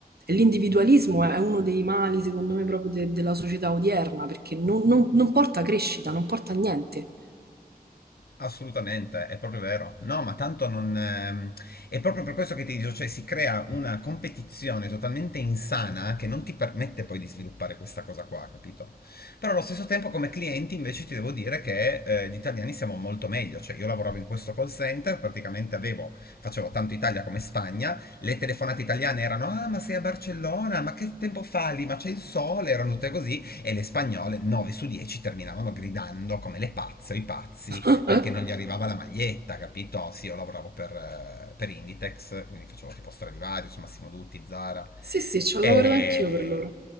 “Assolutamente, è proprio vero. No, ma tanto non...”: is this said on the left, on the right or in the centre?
Left